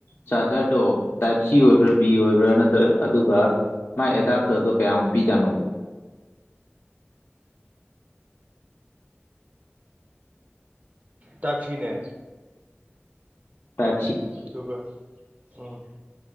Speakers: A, on the left; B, on the right.
A: ꯆꯥꯔꯖꯔꯗꯣ ꯇꯥꯏꯞ ꯁꯤ ꯑꯣꯏꯕ꯭ꯔꯥ ꯕꯤ ꯑꯣꯏꯕ꯭ꯔꯥ ꯅ ꯅꯠꯇ꯭ꯔ ꯑꯗꯨꯒ ꯃꯥꯥꯏ ꯑꯦꯗꯥꯞꯇꯗꯣ ꯀꯌꯥꯃꯨꯛ ꯄꯤꯖꯥꯠꯅꯣ
B: ꯇꯥꯛꯁꯤꯅꯦ
A: ꯇ
B: ꯑꯗꯨꯒ ꯎꯝ